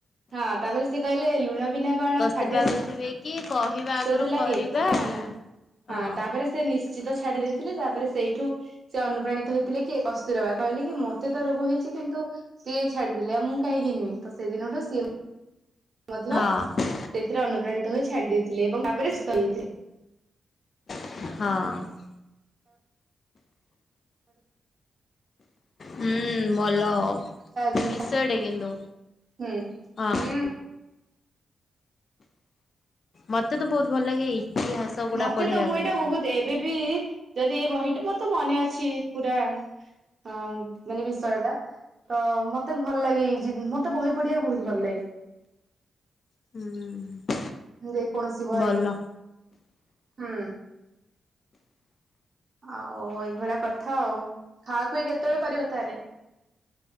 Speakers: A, on the right; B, on the left.
A: ହଁ ତାପରେ ସେ କହିଲେ ଲୁଣ ବିନା କଣ
B: କସ୍ତୁରବାଘକୁଥିବେ
A: ଖାଦ୍ୟ
B: କି କହିବା
A: ସୁସ୍ୱାଦୁ
B: ଆଗରୁ
A: ଲାଗେ
B: କରିବା <inaudible>
A: କି
B: ହଁ।
A: ତାପରେ ସେ ନିଶ୍ଚିତ ଛାଡି ଦେଇେଇଥିଲେ ତାପରେ ସେଇଠୁ ସେ ଅନୁପ୍ରାଣିତ ହେଇଥିଲେ କି କସ୍ତୁରୀବା କହିଲେ କି ମତେ ତ ରୋଗ ହେଇଛି କିନ୍ତୁ ସିଏ ଛାଡିଦେଲେ ଆଉ ମୁଁ କାହିଁକି ନହେଁ ତ ସେଦିନଠୁ ସିଏ ମଧ୍ୟ
B: ହଁ
A: ସେଇଥିରେ ଅନୁପ୍ରାଣିତ ହୋଇ ଛାଡି ଦେଇେଇଥିଲେ ଏବଂ ତାପରେ ସୁସ୍ଥ ହେଇଯାଥିଲେ।
B: ହଁ। ହୁଁ, ଭଲ
A: ଜିନିଷ
B: ବିଷୟ ଟେ କିନ୍ତୁ,
A: ହୁଁ
B: ହଁ।
A: ହୁଁ
B: ମତେ ତ ବହୁତ ଭଲ ଲାଗେ ଏ ଇତିହାସ। ଗୁଡା
A: ମତେ
B: ପଢେଇବା
A: ତ ମୁଁ ଏଇଟା
B: ପାଇଁ
A: ବହୁତ ଏବେ ବି ଯଦି ଏଇ ବହିଟା ମୋର ତ ମନେ ଅଛି ପୁରା ହଁ ମାନେ ବିଷୟ ଟା। ତ ମତେ ଭଲ ଲାଗେ ଏଇ ମତେ ବହି ପଢିବାକୁ ବହୁତ ଭଲ ଲାଗେ।
B: ହୁଁ।
A: ଯେକୌଣସି ବହି
B: ଭଲ
A: ହୁଁ। ଆଉ ଏଇଭଳିଆ କଥା ଆଉ ଖାଆ ଖୁଇ କେତେବେଳେ ପାରିବ ତାହେଲେ?